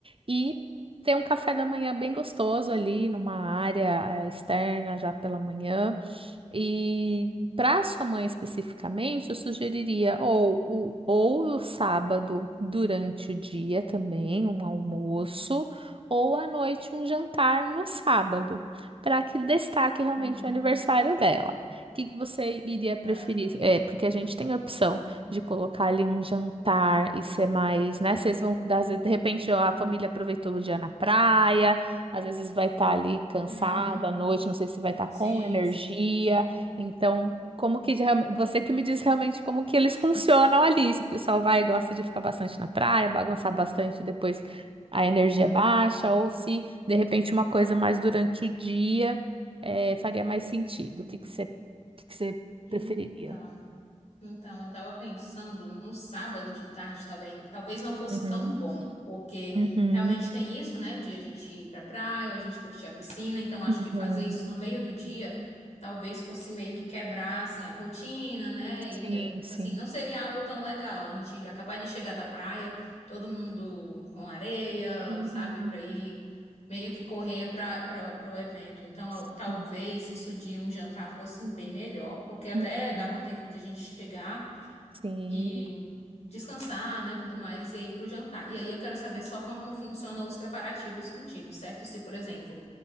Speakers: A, on the right (about 45°); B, on the left (about 65°).
A: e ter um café da manhã bem gostoso ali, numa área eh, externa já pela manhã. e para sua mãe especificamente, eu sugeriria ou o, ou o sábado durante o dia também, um almoço, ou à noite um jantar no sábado, para que destaque realmente
B: Uhum,
A: o aniversário dela. O que que você iria preferir?
B: certo.
A: É, porque a gente tem a opção de colocar ali um jantar e ser mais, né? Vocês vão, às vezes, de repente, ó, a família aproveitou o dia na praia, às vezes vai estar ali cansada
B: Uhum,
A: à noite, não sei se vai estar
B: sim,
A: com energia.
B: sim.
A: Então, como que de realme- você que me diz realmente como que eles funcionam ali. Se o pessoal vai e gosta de ficar bastante na praia, bagunçar bastante, depois a energia
B: Uhum.
A: é baixa, ou se de repente uma coisa mais durante o dia eh, faria mais sentido. O que que você, o que que você
B: Então,
A: preferiria?
B: então eu estava pensando no sábado de tarde também, talvez não fosse
A: Uhum,
B: tão bom, porque
A: uhum,
B: realmente tem isso, né, de a gente ir pra praia, ou a gente curtir a piscina, então acho
A: uhum.
B: que fazer isso no meio do dia talvez fosse meio que quebrar assim a rotina, né? E
A: Sim, sim.
B: assim, não seria algo tão legal. A gente acabar de chegar da praia, todo mundo com areia,
A: Uhum,
B: sabe, pra ir meio que correr para o evento. Então,
A: sim.
B: eu- talvez isso de um jantar fosse bem melhor, porque até
A: Uhum,
B: dava um tempo de a gente chegar
A: sim.
B: e descansar, né, tudo mais, e aí para o jantar. E aí eu quero
A: Sim,
B: saber só como funcionam os preparativos contigo, certo? Se, por exemplo,